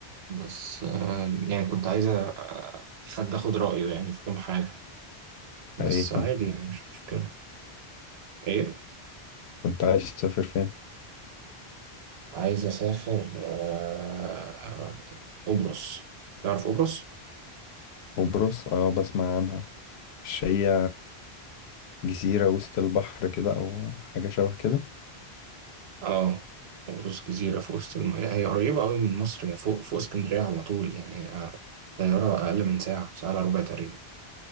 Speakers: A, on the right; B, on the left.
A: بس آه، يعني كنت عايزة حد اخد رأيه
B: أنت
A: يعني في كام حاجة بس
B: ايه كنت
A: عادي يعني مش مشكلة ايه
B: كنت عايش تسافر فين
A: عايز اسافر آه، آه، قبرص تعرف قبرص
B: قبرص اه بسمع عنها مش هي جزيرة وسط البحر كده او حاجة شبه كده
A: اه قبرص جزيرة في وسط المياه هي قريبة قوي من مصر هي فوق فوق اسكندرية على طول يعني آه، طيارة اقل من ساعة ساعة الا ربع تقريبا